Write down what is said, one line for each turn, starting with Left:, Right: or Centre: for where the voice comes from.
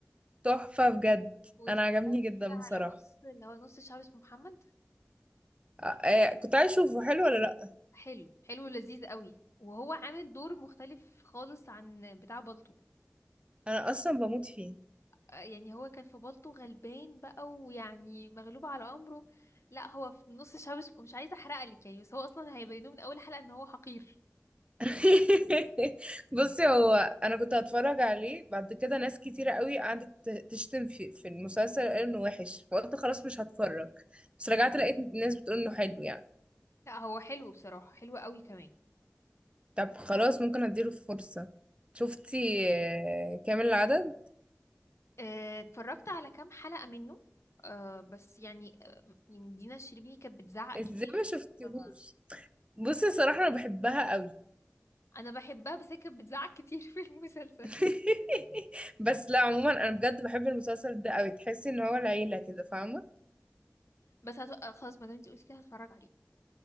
Right: تحفة بجد
Left: واتفرجت
Right: انا عجبني جدا
Left: على
Right: بصراحة
Left: نص اللي هو نص الشعب اسمه محمد
Right: آه، آه، كنت عايز اشوفه حلو ولا لا
Left: حلو حلو لذيذ قوي وهو عامل دور مختلف خالص عن بتاع بالطو
Right: انا اصلا بموت فيه
Left: يعني هو كان في بالطو غلبان بقى ويعني مغلوب على امره لا هو في نص الشعب اسمه- مش عايزه احرقلك يعني بس هو اصلا هيبينوه من اول حلقه ان هو حقير
Right: <laughs> بصي هو انا كنت هتفرج عليه بعد كده ناس كتيرة قوي قعدت ت- تشتم في في المسلسل قال انه وحش فقلت خلاص مش هتفرج بس رجعت لقيت ناس بتقول انه حلو يعني
Left: لا هو حلو بصراحه حلو قوي كمان
Right: طب خلاص ممكن اديله فرصة شفتي آه، كامل العدد
Left: آه، اتفرجت على كام حلقه منه أه بس يعني آه، يعني دينا الشربيني كانت بتزعق
Right: ازاي
Left: كتير
Right: ما شفتيهوش
Left: فيه فما-
Right: بصي الصراحة انا بحبها قوي
Left: انا بحبها بس هي كانت بتزعق كتير في المسلسل
Right: <laughs> بس لا عموما انا بجد بحب المسلسل ده قوي تحسي ان هو العيله كده فاهمه
Left: بس هت... آه، خلاص ما دام انت قلتي كده هتفرج عليه